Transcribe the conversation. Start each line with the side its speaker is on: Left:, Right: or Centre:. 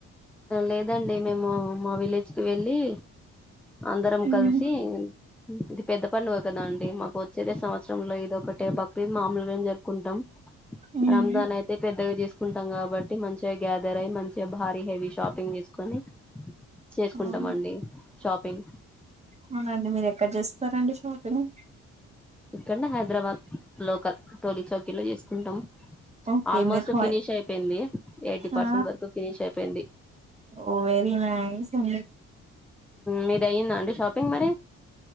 Centre: లేదండి మేము మా విలేజ్ కి వెళ్ళి అందరం
Right: ఉమ్,
Centre: కలిసి, ఇది పెద్ద పండుగ కదా అండి మాకు వచ్చేదే సంవత్సరంలో ఇది ఒకటే బక్ క్రీద్ మామలుగనే జరుపుకుంటాం,
Right: ఉమ్.
Centre: రంజాన్ అయితే పెద్దగా చేసుకుంటాం కాబట్టి మంచిగా గ్యాదర్ అయి మంచి భార హెవీ షాపింగ్ చేసుకని, చేసుకుంటమండి
Right: అవును.
Centre: షా పింగ్.
Right: అవునండి మీరు ఎక్కడ చేస్తారండి షాపింగ్
Centre: ఇక్కడనే హైదరాబాద్ లోకల్ టోలీ చౌకీలో చేసుకుంటాం
Right: ఓకే
Centre: ఆల్మోస్ట్
Right: మీరు హాయ్
Centre: ఫినిష్ అయిపోయింది ఎయిటీ పర్సెంట్
Right: ఆ
Centre: వరకు ఫినిష్ అయిపోయింది
Right: ఓ వెరీ నైస్ ఊ
Centre: మీది అయ్యిందా అండి షాపింగ్ మరి